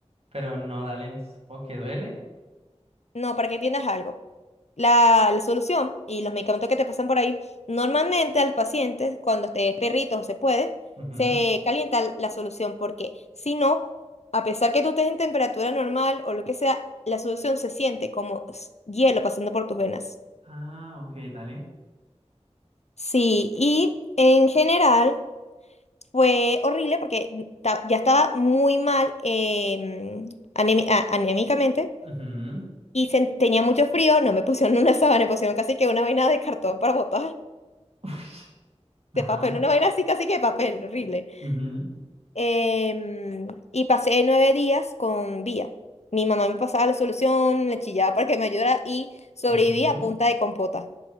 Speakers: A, on the right (about 60°); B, on the left (about 70°).
A: pero no, dale. O que duele.
B: No, para que entiendas algo. La, la solución y los medicamentos que te pasan por ahí, normalmente al paciente, cuando te es perrito o se puede,
A: Ujú.
B: se calienta la solución, porque si no, a pesar que tú estés en temperatura normal o lo que sea, la solución se siente como s- hielo pasando por tus venas.
A: Ah, ok, dale.
B: Sí, y en general. Fue horrible porque ta- ya estaba muy mal eh, anemi- a- anímicamente
A: Ujú.
B: y sen- tenía mucho frío, no me pusieron una sábana, me pusieron casi que una vaina de cartón para botar,
A: Ush. Ajá.
B: de papel, una vaina así casi que de papel, horrible.
A: Ujú.
B: Em, y pasé nueve días con vía. Mi mamá me pasaba la solución, le chillaba para que me ayudara y sobreviví
A: Ujú.
B: a punta de compota.